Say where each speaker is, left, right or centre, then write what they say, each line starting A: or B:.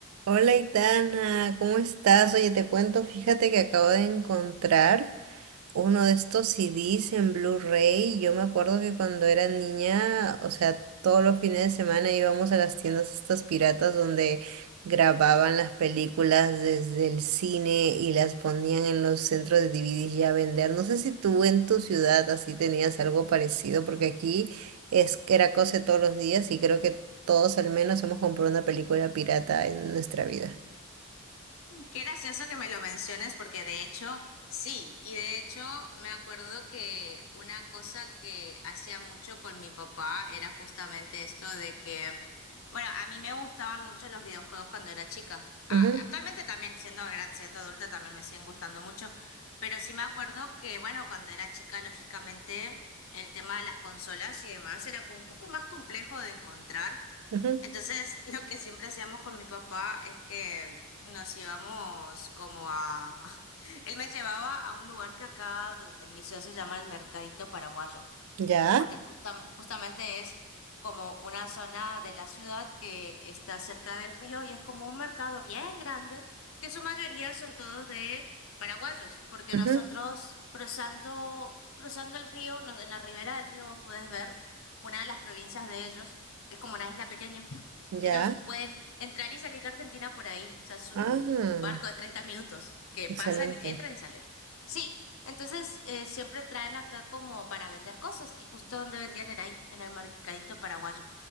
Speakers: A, on the right; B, on the left.
A: Hola, Itana, ¿cómo estás? Oye, te cuento, fíjate que acabo de encontrar uno de estos CDs en Blu-ray. Yo me acuerdo que cuando era niña, o sea, todos los fines de semana íbamos a las tiendas estas piratas donde grababan las películas desde el cine y las ponían en los centros de DVDs ya a vender. No sé si tú en tu ciudad así tenías algo parecido, porque aquí es era cosa de todos los días y creo que todos al menos hemos comprado una película pirata en nuestra vida.
B: Qué gracioso que me lo menciones porque de hecho, sí, y de hecho me acuerdo que una cosa que hacía mucho con mi papá era justamente esto de que, bueno, a mí me gustaban mucho los videojuegos cuando era chica. Ah,
A: Ujú,
B: actualmente también, siendo gran, siendo adulta, también me siguen gustando mucho, pero sí me acuerdo que, bueno, cuando era chica, lógicamente, el tema de las consolas y demás era como un poco más complejo de encontrar.
A: ujú.
B: Entonces, lo que siempre hacíamos con mi papá es que nos íbamos como a... <laughs> Él me llevaba a un lugar que acá do- en mi ciudad se llama el Mercadito Paraguayo
A: ¿Ya?
B: porque justam- justamente es como una zona de la ciudad que está cerca del río y es como un mercado bien grande, que su mayoría son todos de paraguayos, porque
A: ujú,
B: nosotros cruzando, cruzando el río, nos- en la ribera del río vos podés ver una de las provincias de ellos, que es como una isla pequeña. <laughs>
A: ¿Ya?
B: Ellos pueden entrar y salir de Argentina por ahí, o sea, es un
A: Ah.
B: barco de 30 minutos que
A: Excelente.
B: pasan y entran y salen. Sí, entonces, eh, siempre traen acá como para vender cosas y justo donde vendían era ahí, en el mercadito paraguayo.